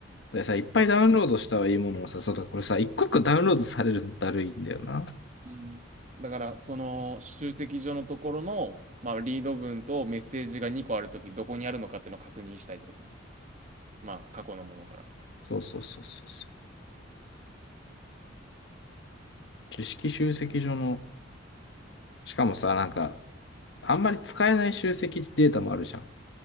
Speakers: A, on the left; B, on the right.
A: でさ、いっぱいダウンロードしたはいいものをさ、
B: その、
A: そうだ、これさ、一個一個ダウンロードされるのだるいんだよな。
B: うんだから、その集積所のところの、まあ、リード文とメッセージが2個あるとき、どこにあるのかっていうのを確認したいってことね。まあ、過去のものから。
A: そうそうそうそうそう。知識集積所の、しかもさ、なんか、あんまり使えない集積データもあるじゃん。